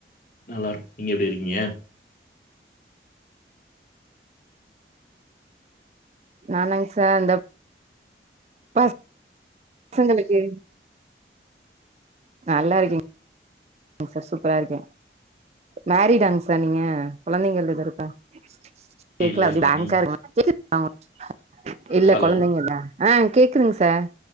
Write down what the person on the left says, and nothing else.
நல்லாருக் நீங்க எப்டி இருக்கீங்க
இல்ல
இல்ல
நீ
ஹலோ